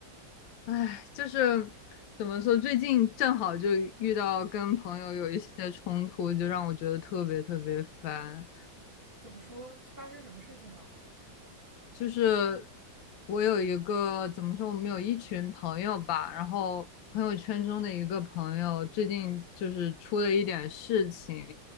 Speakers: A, on the left; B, on the right.
A: <laughs> 哎，就是怎么说，最近正好就遇到跟朋友有一些冲突，就让我觉得特别特别烦。
B: 怎么说？发生什么事情了？
A: 就是我有一个怎么说，我们有一群朋友吧，然后朋友圈中的一个朋友最近就是出了一点事情，